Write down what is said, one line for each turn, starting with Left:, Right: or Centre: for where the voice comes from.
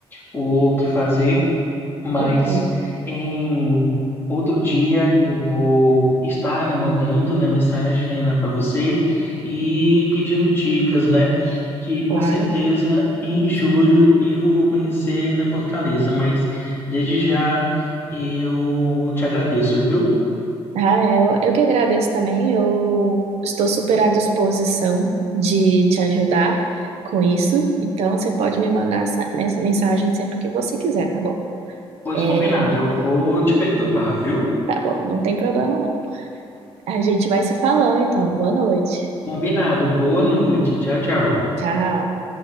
Left: o que fazer. Mas
Right: Ok,
Left: em outro dia eu vou estar, né, mandando né, mensagem né, para você e pedindo dicas, né? Que com
Right: claro.
Left: certeza em julho eu vou conhecer na Fortaleza, mas desde já eu te agradeço, viu?
Right: Ah, é, eu, eu que agradeço também. Eu estou super à disposição de te ajudar com isso. Então, você pode me mandar essa mes- mensagem sempre que você quiser, tá bom?
Left: Pois
Right: É,
Left: combinado, eu vou te perturbar, viu?
Right: tá bom, não tem problema não. A gente vai se falando então. Boa noite.
Left: Combinado, boa noite, tchau, tchau.
Right: Tchau.